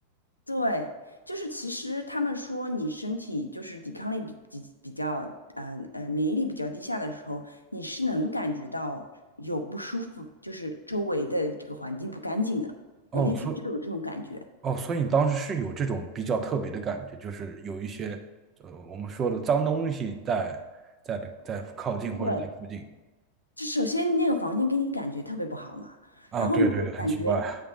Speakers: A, on the left; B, on the right.
A: 对，就是其实他们说你身体就是抵抗力比比比较，嗯呃，免疫力比较低下的时候，你是能感觉到有不舒服，就是周围的这个环境不干净的。
B: 哦，
A: 我那天就有这种感觉。
B: 所以哦，所以你当时是有这种比较特别的感觉，就是有一些呃我们说的脏东西在在在靠近或者在附近
A: 对，就首先那个房间给你感觉特别不好嘛，
B: 啊，
A: 然后你就感觉。
B: 对对对，很奇怪。